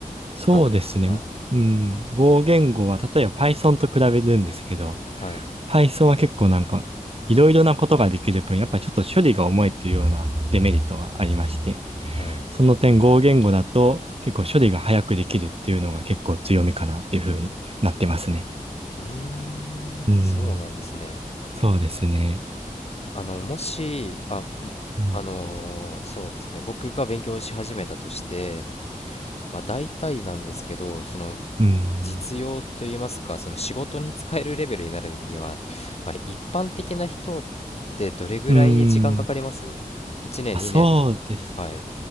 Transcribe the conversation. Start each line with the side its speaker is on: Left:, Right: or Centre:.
Right: そうですね。
Left: あの、はい、
Right: うん。Go 言語は例えば Python と比べるんですけど、
Left: はい、
Right: Python は結構なんか、いろいろなことができる分、やっぱりちょっと処理が重いっていうようなデメリットがありまして、
Left: はい。
Right: その点、Go 言語だと結構処理が早くできるっていうのが結構強みかなっていうふうになってますね。
Left: うーん、
Right: うん、
Left: そうなんですね。
Right: そうですね。
Left: あの、もし、あ、もあのーそうですね、
Right: うん、
Left: 僕が勉強し始めたとして、まあ、大体なんですけど、その、
Right: うん、
Left: 実用といいますか、その仕事に使えるレベルになるには、まあ、一般的な人ってどれぐらい時間かかります
Right: うん。
Left: ?1
Right: あ、そうです。
Left: 年、2年とか。はい。